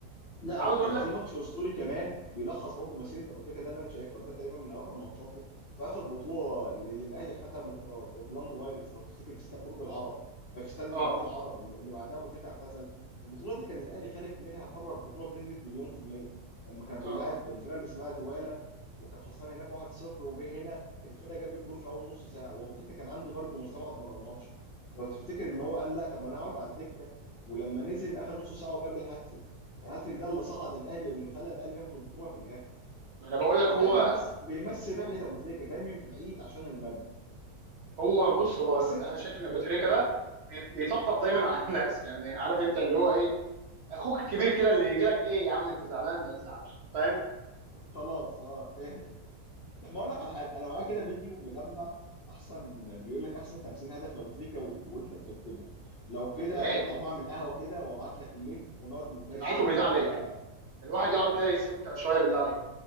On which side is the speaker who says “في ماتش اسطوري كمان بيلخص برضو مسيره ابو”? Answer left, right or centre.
Left